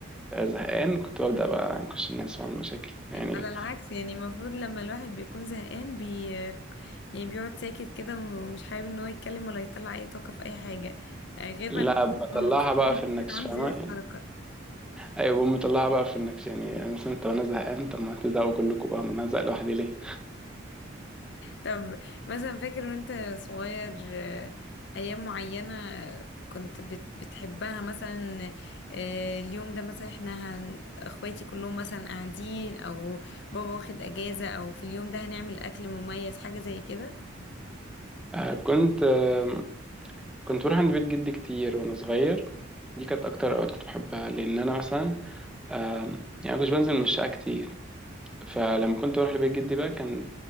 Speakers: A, in the centre; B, on the left.
A: آه، زهقان كنت ببدأ بقى انكش الناس واعمل مشاكل يعني
B: على العكس يعني المفروض لما الواحد بيكون زهقان بي يعني بيقعد ساكت كده ومش حابب ان هو يتكلم ولا يطلع اي طاقة في اي حاجة آه، غير
A: لا
B: بقى لما
A: بطلعها
B: بيبقى مبسوط
A: بقى
B: بيحس
A: في النكش
B: ان عنده
A: فاهمة
B: زيادة
A: يعني
B: حركة
A: ايوه بقوم مطلعها بقى في النكش يعني يعني مثلا طب انا زهقان طب ما تزهقوا كلكم بقى ما انا هزهق لوحدي ليه
B: طب مثلا فاكر وانت صغير آه، ايام معينة كنت بت- بتحبها مثلا آه، اليوم ده مثلا احنا هن... اخواتي كلهم مثلا قاعدين او بابا واخد اجازة او في اليوم ده هنعمل اكل مميز حاجة زي كده
A: آه، كنت آه، كنت بروح عند بيت جدي كتير وانا صغير دي كانت اكتر اوقات كنت بحبها لان انا مثلا آم، يعني مش بنزل من الشقه كتير فلما كنت بروح لبيت جدي بقى كان